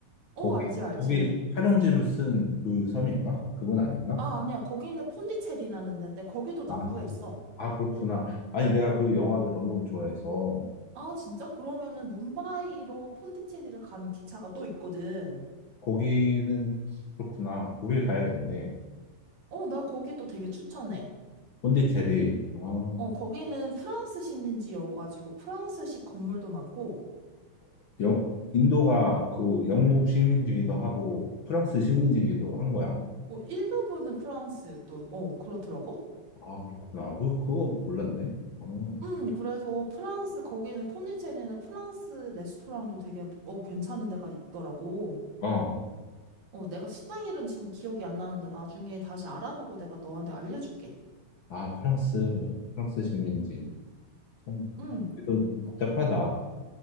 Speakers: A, on the right (about 55°); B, on the left (about 80°).
A: 어,
B: 거기
A: 알지, 알지.
B: 거기 촬영지로 쓴 그 섬인가? 그건 아닌가?
A: 아, 아니야. 거기는 폰디체리라는 데인데, 거기도 남부에
B: 아,
A: 있어.
B: 아 그렇구나. 아니 내가 그 영화를 너무 좋아해서
A: 아, 진짜? 그러면은 뭄바이로 폰디체리를 가는 기차가 또 있거든.
B: 거기는 그렇구나. 거길 가야겠네.
A: 어, 나 거기도 되게 추천해.
B: 본디체리 아, 어,
A: 어, 거기는 프랑스 식민지여가지고 프랑스식 건물도 많고,
B: 영, 인도가 그 영국 식민지기도 하고 프랑스 식민지기도 한 거야?
A: 어, 일부분은 프랑스 또, 어, 그렇더라고.
B: 아, 그렇구나. 그, 그거 몰랐네. 어,
A: 음, 그래서 프랑스, 거기는 폰디체리는 프랑스 레스토랑도 되게, 어, 괜찮은 데가 있더라고.
B: 어.
A: 어, 내가 식당 이름 지금 기억이 안 나는데 나중에 다시 알아보고 내가 너한테 알려줄게.
B: 아, 프랑스, 프랑스 식민지. 좀
A: 응.
B: 그래도 좀 복잡하다.